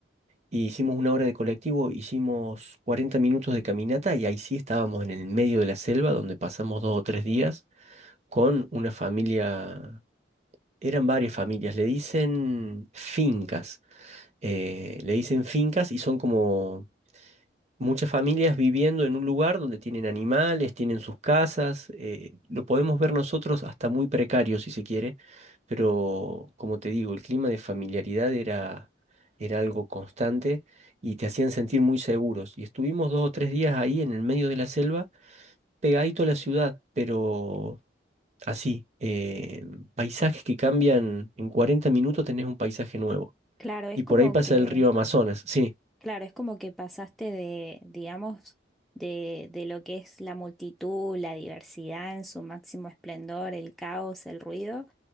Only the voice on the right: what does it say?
y hicimos una hora de colectivo, hicimos 40 minutos de caminata y ahí sí estábamos en el medio de la selva donde pasamos dos o tres días con una familia, eran varias familias, le dicen fincas, eh, le dicen fincas y son como muchas familias viviendo en un lugar donde tienen animales, tienen sus casas, eh, lo podemos ver nosotros hasta muy precario si se quiere, pero como te digo, el clima de familiaridad era, era algo constante y te hacían sentir muy seguros. Y estuvimos dos o tres días ahí en el medio de la selva, pegadito a la ciudad, pero... Así, eh, paisajes que cambian, en 40 minutos tenés un paisaje nuevo.
Y por
ahí pasa
el río Amazonas, sí.